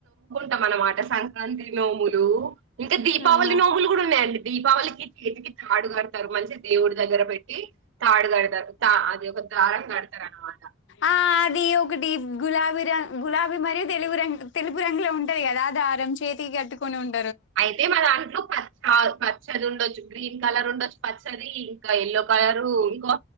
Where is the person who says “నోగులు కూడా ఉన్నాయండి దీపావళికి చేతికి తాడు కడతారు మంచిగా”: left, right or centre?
Right